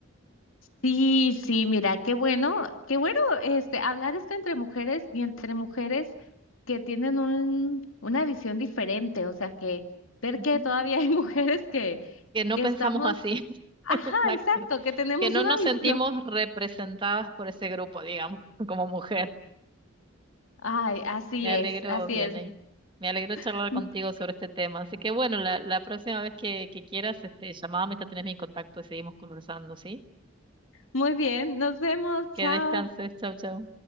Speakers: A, on the left (about 80°); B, on the right (about 25°).
A: Sí, sí, mira, qué bueno, qué bueno este hablar esto entre mujeres y entre mujeres que tienen un, una visión diferente, o sea, que ver
B: Ujú.
A: que todavía hay <laughs> mujeres que,
B: Que no
A: que
B: pensamos
A: estamos,
B: así.
A: ajá,
B: <laughs> Exacto.
A: exacto, que tenemos
B: Que no
A: una
B: nos
A: visión.
B: sentimos representadas por ese grupo, digamos, <laughs> como mujer.
A: Ay, así
B: Me
A: es,
B: alegro,
A: así
B: Vianey.
A: es.
B: Me alegro charlar
A: <laughs>
B: contigo sobre este tema. Así que bueno, la, la próxima vez que, que quieras, este, llamame, ya tenés mi contacto y seguimos conversando, ¿sí?
A: Muy bien, nos vemos, chao.
B: Que descanses. Chau, chau.